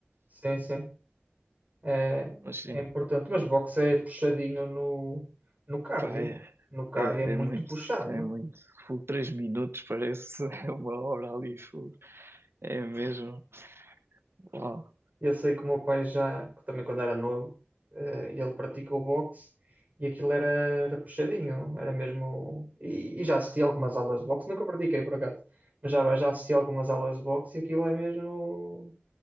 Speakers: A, on the right; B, on the right.
A: sim, sim. É,
B: Mas sim,
A: é importante, mas boxe é puxadinho no, no cardio.
B: pá, é,
A: No cardio
B: é,
A: é muito
B: é muito,
A: puxado.
B: é muito. Fogo, três minutos parece <laughs> uma hora ali, fogo. É mesmo. Uau.
A: Eu sei que o meu pai já, que também quando era novo, eh, ele praticou boxe e aquilo era, era puxadinho, era mesmo. E, e já assisti algumas aulas de boxe, nunca pratiquei por acaso, mas já, já assisti algumas aulas de boxe e aquilo é mesmo.